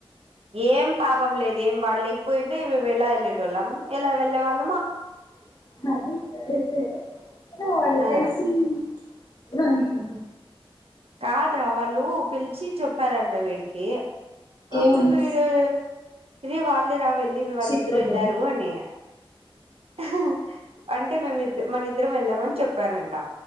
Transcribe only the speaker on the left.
అది కరెక్ట్ ఏ కానీ వాడు
తెలిసి అయిన నేను
ఏమని
సిగ్గుపడ్డాడా